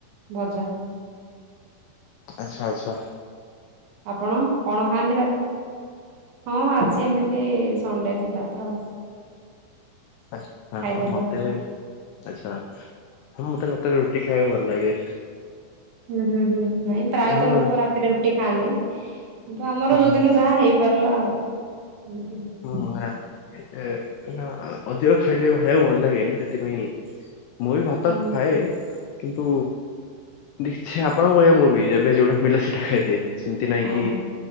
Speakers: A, on the right; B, on the left.
A: ଭଜା
B: ଆଛା, ଆଛା।
A: ଆପଣ କଣ ଖାଆନ୍ତି ରାତି? ହଁ ଆଜି ଏମିତି ସଣ୍ଡେ ଥିଲା ତ
B: ଆଛା
A: ଖାଇଦେଲୁ
B: ହଁ ମତେ,
A: ଆଉ।
B: ଆଛା ହଁ, ମତେ ରାତିରେ ରୁଟି ଖାଇବାକୁ ଭଲ ଲାଗେ।
A: ହୁଁ -ହୁଁ -ହୁଁ। ନାଇଁ ପ୍ରାୟତଃ
B: ମୁଁ
A: ଲୋକ ରାତିରେ ରୁଟି ଖାଆନ୍ତି କିନ୍ତୁ ଆମର
B: ହଁ
A: ଯୋଉଦିନ ଯାହା ହେଇପାରିଲା ଆଉ। ଏଇଠି
B: ହଁ
A: <unintelligible>
B: ନା ଅଧିକ ଖାଇଲେ, ଖାଇବାକୁ ଭଲ ଲାଗେନି ସେଥିପାଇଁ ମୁଁ ବି ଭାତ
A: ଓ
B: ଖାଏ କିନ୍ତୁ, ଦେଖଛେ ଆପଣଙ୍କ ଭଳିଆ ମୁଁ ବି। ଯେବେ ଯୋଉଟା ମିଳିଲା ସେଟା ଖାଇଦିଏ। ସେମିତି ନାଇଁ
A: ଆ
B: କି,